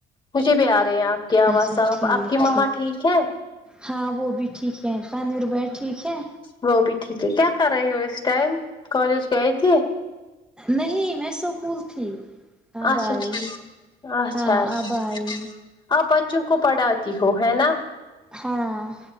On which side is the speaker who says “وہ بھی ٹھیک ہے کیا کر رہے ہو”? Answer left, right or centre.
Left